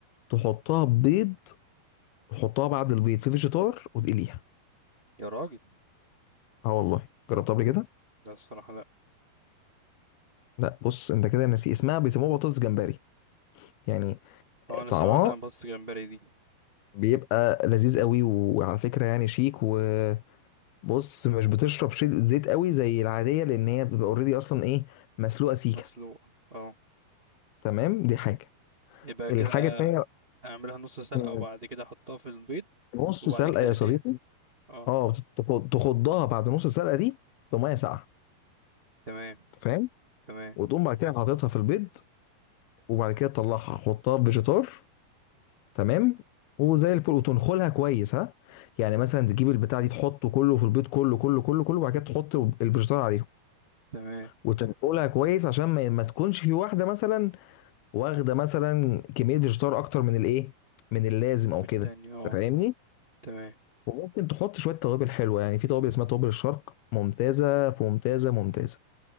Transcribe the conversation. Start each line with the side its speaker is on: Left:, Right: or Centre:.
Left: تحطها بيض وتحطها بعد البيض في فيجيتار وتقليها
Right: يا راجل
Left: اه والله جربتها قبل كده
Right: لا الصراحه لا
Left: لا بص انت كده ناسي اسمها بيسموها بطاطس جمبري يعني
Right: هو انا
Left: طعمها
Right: سمعت عن بطاطس جمبري دي
Left: بيبقى لذيذ قوي وعلى فكره يعني شيك و بص مش بتشرب شي- زيت قوي زي العاديه لان هي بتبقى اوريدي اصلا ايه مسلوقه سيكه
Right: مسلوقه اه
Left: تمام دي حاجه
Right: يبقى
Left: الحاجه
Right: كده
Left: التانيه
Right: اعملها نص سلقه
Left: مم،
Right: وبعد كده احطها في البيض
Left: نص
Right: وبعد
Left: سلقه
Right: كده
Left: يا
Right: اقليها
Left: صديقي
Right: اه
Left: اه تخ- تخضها بعد نص سلقه دي في ميه ساقعه
Right: تمام
Left: فاهم
Right: تمام
Left: وتقوم بعد كده حاططها في البيض وبعد كده تطلعها حطها في فيجيتار تمام وزي الفل وتنخلها كويس ها يعني مثلا تجيب البتاع دي تحطه كله في البيض كله كله كله كله وبعد كده تحط الفيجيتار عليهم
Right: تمام
Left: وتنخلها كويس عشان ما ما تكونش في واحده مثلا واخده مثلا كميه فيجيتار اكتر من الايه من اللازم او
Right: بالتاني
Left: كده
Right: اه
Left: انت فاهمني
Right: تمام
Left: وممكن تحط شويه توابل حلوه يعني في توابل اسمها توابل الشرق ممتازه في ممتازه ممتازه